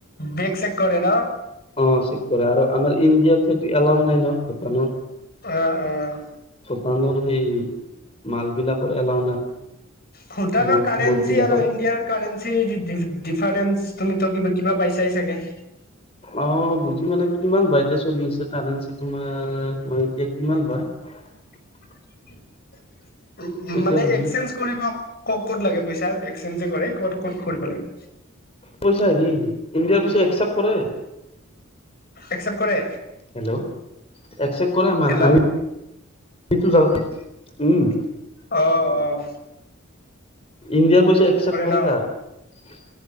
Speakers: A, on the left; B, on the left.
A: বেগ চেখ কৰে না?
B: অ বেগ চেক কৰে আৰু আমাৰ ইণ্ডিয়াত সেইটো এলাও নাই ন ভূটানত।
A: অ' অ'।
B: শ্বহানৰ সেই মাল বিলাকৰ এলাও নাই।
A: ভূটানৰ
B: মদ
A: কাৰেঞ্চি,
B: মদ বিলাকৰ
A: আৰু ইণ্ডিয়াৰ কাৰেঞ্চিৰ, ডিফাৰেঞ্চ তুমি ত কিবা পাইছাই চাগে?
B: অ বুজি মানে কিমান বাইটে চলি আছে কাৰেঞ্চি তোমাৰ, মই এতিয়া কিমান বা। <unintelligible>
A: <unintelligible> উম
B: এতিয়া
A: মানে
B: বুজি
A: এক্সচেঞ্জ কৰিব ক'ত ক'ত লাগে পইচা, এক্সেঞ্জে যে কৰে, ক'ত ক'ত কৰিব লাগে?
B: পইচা হেৰি, ইণ্ডিয়াৰ পইচা একচেপ্ট কৰে।
A: একচেপ্ট কৰে?
B: হেল্ল' একচেপ্ত কৰে আমাৰ,
A: হেল্ল'
B: আমি যাওঁতে উম।
A: অ'অ'।
B: ইণ্ডিয়াৰ পইচা একচেপ্ট কৰে
A: ন
B: তাত,